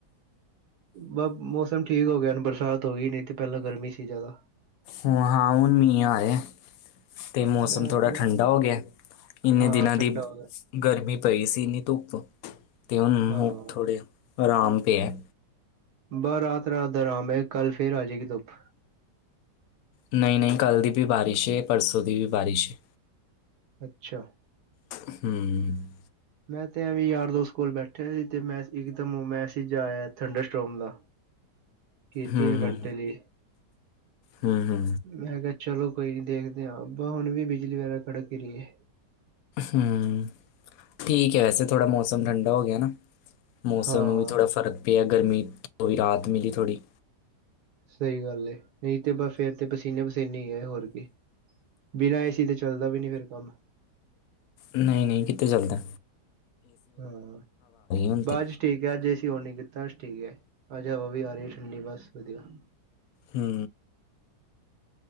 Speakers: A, on the right; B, on the left.
A: ਬ ਮੌਸਮ ਠੀਕ ਹੋ ਗਿਆ ਬਰਸਾਤ ਹੋ ਗਈ ਨਈ ਤੇ ਪਹਿਲਾਂ ਗਰਮੀ ਸੀ ਜਿਆਦਾ।
B: ਵਹਾਂ ਹੁਣ ਮੀਂਅ ਆ ਰਿਐ ਤੇ ਮੌਸਮ
A: ਮੈਂ
B: ਥੋੜਾ
A: ਮੈਂ
B: ਠੰਡਾ ਹੋ ਗਿਆ। ਇੰਨੇ
A: ਹਾਂ
B: ਦਿਨਾਂ
A: ਠੰਡਾ
B: ਦੀ
A: ਹੋ ਗਿਆ
B: ਗਰਮੀ ਪਈ ਸੀ, ਇੰਨੀ ਧੁੱਪ। ਤੇ ਉਹਨੂੰ
A: ਹਾਂ।
B: ਥੋੜੇ ਆਰਾਮ ਪਿਆ।
A: ਬਾਹ ਰਾਤ-ਰਾਤ ਦਾ ਰਾਮ ਐ ਕੱਲ ਫੇ਼ਰ ਆ ਜੇਗੀ ਧੁੱਪ।
B: ਨਈਂ ਨਈਂ, ਕੱਲ੍ਹ ਦੀ ਤੇ ਬਾਰਿਸ਼ ਏ ਪਰਸੋਂ ਦੀ ਵੀ ਬਾਰਿਸ਼ ਐ।
A: ਅੱਛਾ।
B: ਹਂ।
A: ਮੈਂ ਤੇ ਐਵੀਂ ਯਾਰ ਦੋਸਤ ਕੋਲ ਬੈਠਿਆ ਸੀ ਤੇ ਮੈਂ ਇੱਕਦਮ ਮੈਸਿਜ ਆਇਆ ਥੰਡਸਟੋਮ ਦਾ। <inaudible> ਕਿ
B: ਹਂ
A: ਤਿੰਨ
B: ਹ,
A: ਘੰਟੇ ਲਈ
B: ਹਂ ਹਂ।
A: ਮੈਂ ਕਿਹਾ ਚਲੋ ਕੋਈ ਨੀ ਦੇਖਦੇ ਆਂ ਬਹ ਹੁਣ ਵੀ ਬਿਜਲੀ ਵਗੈ਼ਰਾ ਕੜਕ ਰਹੀ ਐ।
B: ਹੂੰ, ਠੀਕ ਐ ਵੈਸੇ ਥੋੜਾ ਮੌਸਮ ਠੰਡਾ ਹੋ ਗੇਆ ਨਾ। ਮੌਸਮ
A: ਹਾਂ
B: ਨੂੰ ਵੀ ਥੋੜ੍ਹਾ ਫਰਕ ਪਿਆ ਗਰਮੀ, ਤੋਂ ਵੀ ਰਾਤ ਮਿਲੀ ਥੋੜ੍ਹੀ।
A: ਸਈ ਗਾੱਲ ਏ, ਨਈ ਤੇ ਬਾਸ ਫੇਰ ਤੇ ਪਸੀਨੇ-ਪਸੀਨੇ ਈ ਐ ਹੋਰ ਕੀ। ਬੀਨਾ ਏ ਸੀ ਤੇ ਚੱਲਦਾ ਵੀ ਨੀ ਫੇ਼ਰ ਕਾੰਮ।
B: ਨਈਂ-ਨਈਂ ਕਿੱਥੇ ਚੱਲਦੈ।
A: ਹਾਂ
B: ਹੁਣ
A: <unintelligible>
B: ਤੇ
A: ਠੀਕ ਐ ਆੱਜ ਏਸੀ ਓਨ ਨੀ ਕੀਤਾ ਸ਼ ਠੀਕ ਐ, ਆੱਜ ਹਵਾ ਵੀ ਆ ਰੀ ਠੰਡੀ ਬਾੱਸ ਵਦੀਆ।
B: ਹੂੰ।